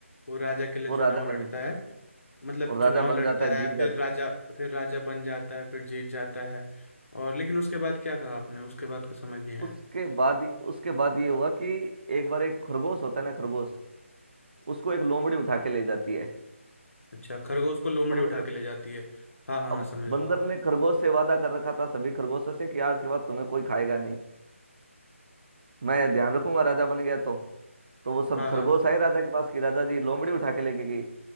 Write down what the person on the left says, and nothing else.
वो राजा के लिए
चुनाव
लड़ता
है मतलब
चुनाव लड़ता
है
फिर
राजा
फिर राजा बन जाता है फिर जीत जाता है और लेकिन उसके बाद क्या कहा आपने उसके बाद का समझ नहीं आया
अच्छा खरगोश को लोमड़ी
उठा
के ले जाती है हाँ हाँ
हाँ समझ
रहा हूँ
हाँ
हाँ